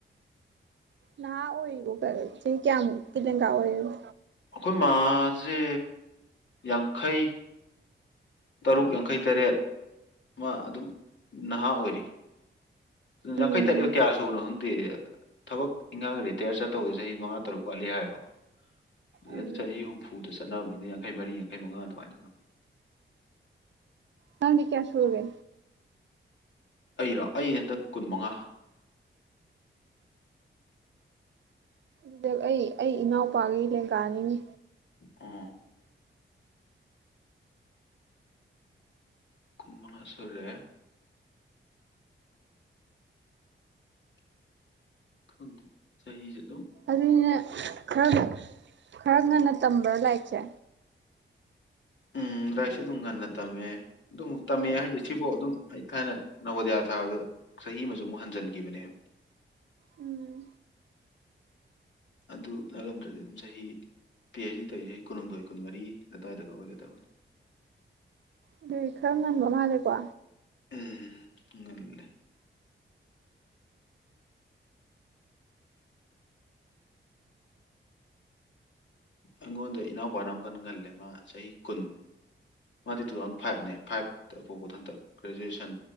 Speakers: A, on the right; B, on the left.
A: ꯅꯍꯤ ꯑꯣꯏꯔꯤꯕꯣ ꯀ ꯆꯍꯤ ꯀꯌꯥꯃꯨꯛꯀꯤ ꯂꯦꯡꯒꯥ ꯑꯣꯏꯔꯤꯅꯣ
B: ꯑꯩꯈꯣꯏ ꯃꯥꯖꯦ ꯌꯥꯡꯈꯩ ꯇꯔꯨꯛ ꯌꯥꯡꯈꯩꯇꯔꯦꯠ ꯃꯥ ꯑꯗꯨꯝ ꯅꯍꯥ ꯑꯣꯏꯔꯤ꯫ ꯌꯥꯡꯈꯩ
A: ꯎꯝ
B: ꯇꯔꯦꯠ ꯀꯌꯥ ꯁꯨꯕꯅꯣ ꯈꯪꯗꯦ ꯊꯕꯛ ꯏꯪꯈꯥꯡ ꯔꯤꯇꯥꯌꯔ ꯆꯠꯇꯧꯕ ꯆꯍꯤ ꯃꯉꯥ ꯇꯔꯨꯛ ꯋꯥꯠꯂꯤ ꯍꯥꯏꯌꯦꯕ <unintelligible>
A: ꯎꯝ
B: ꯆꯍꯤ ꯍꯨꯝꯐꯨꯗ ꯆꯠꯅꯕꯅꯤꯅ ꯌꯥꯡꯈꯩ ꯃꯔꯤ ꯌꯥꯡꯈꯩ ꯃꯉꯥ ꯑꯗꯨꯃꯥꯏꯅ ꯑꯣꯏꯔꯃꯅꯤ꯫
A: ꯅꯪꯗꯤ ꯀꯌꯥꯁꯨꯨꯔꯒꯦ꯫
B: ꯑꯩꯔꯣ ꯑꯩ ꯍꯟꯗꯛ ꯀꯨꯟ ꯃꯉꯥ꯫
A: <unintelligible> ꯑꯩ ꯑꯩ ꯏꯅꯥꯎꯄꯥꯒꯤ ꯂꯦꯡꯒꯥꯅꯤꯅꯦ
B: ꯑ ꯀꯨꯟꯃꯉꯥ ꯁꯨꯔꯦ꯫ ꯈꯪꯗꯦ ꯆꯍꯤꯖꯦ
A: ꯑꯗꯨꯗꯤꯅꯦ ꯈꯔꯒ ꯈꯔ ꯉꯟꯅ ꯇꯝꯕ꯭ꯔꯥ ꯂꯥꯏꯔꯤꯛꯆꯦ꯫
B: ꯎꯝ ꯂꯥꯏꯔꯤꯛꯁꯦ ꯑꯗꯨꯝ ꯉꯟꯅ ꯇꯝꯃꯦ ꯑꯗꯨ ꯑꯃꯨꯛ ꯇꯝꯃꯦ ꯍꯥꯏꯖꯦ ꯁꯤꯕꯨꯛ ꯑꯗꯨꯝ ꯑꯩ ꯊꯥꯏꯅ ꯅꯣꯕꯣꯗꯤꯌꯥ ꯊꯥꯕꯗ ꯆꯍꯤ ꯑꯃꯖꯨ ꯑꯃꯨꯛ ꯍꯟꯖꯤꯟꯒꯤꯕꯅꯦꯕ꯫
A: ꯎꯝ
B: ꯑꯗꯨ ꯅꯥꯠꯂꯝꯗ꯭ꯔꯗꯤ ꯑꯗꯨꯝ ꯆꯍꯤ ꯄꯤ ꯑꯩꯁ ꯗꯤ ꯇꯧꯏꯖꯦ ꯆꯍꯤ ꯀꯨꯟꯍꯨꯝꯗꯣꯏ ꯀꯨꯟꯃꯔꯤ ꯑꯗꯨꯋꯥꯏꯗꯒ ꯑꯣꯏꯒꯗꯕꯅꯤ꯫
A: ꯑꯗꯨꯏ ꯈꯔ ꯉꯟꯕ ꯃꯥꯜꯂꯦꯀꯣ꯫
B: ꯎꯝ ꯉꯜꯂꯦ꯫ ꯑꯩꯉꯣꯟꯗꯩ ꯏꯅꯥꯎꯄꯥꯅ ꯑꯃꯨꯛꯀꯟ ꯉꯜꯂꯦ ꯃꯥ ꯆꯍꯤ ꯀꯨꯟ ꯃꯥꯗꯤ ꯇꯨꯊꯥꯎꯖꯟ ꯐꯥꯏꯕꯅꯦ ꯐꯥꯏꯕꯇ ꯄꯣꯛꯄꯗꯣꯍꯟꯇꯛ ꯒ꯭ꯔꯦꯖꯨꯑꯦꯁꯟ